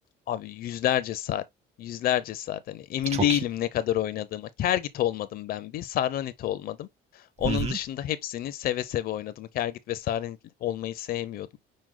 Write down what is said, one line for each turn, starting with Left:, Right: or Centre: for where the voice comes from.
Left: Abi yüzlerce saat, yüzlerce saat. Hani emin
Right: Çok
Left: değilim
Right: iyi.
Left: ne kadar oynadığıma. Kergit olmadım ben bir, Sarranit olmadım. Onun
Right: Hı hı.
Left: dışında hepsini seve seve oynadım. Kergit ve Sarranit olmayı sevmiyordum.